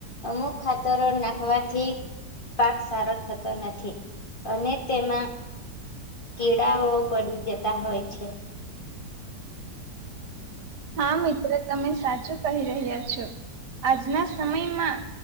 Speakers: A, on the left; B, on the right.
A: અમુક ખાતરો નાખવાથી પાક સારો થતો નથી અને તેમાં કીડાઓ પડી જતા હોય છે.
B: હા મિત્ર તમે સાચું કહી રહ્યા છો આજના સમયમાં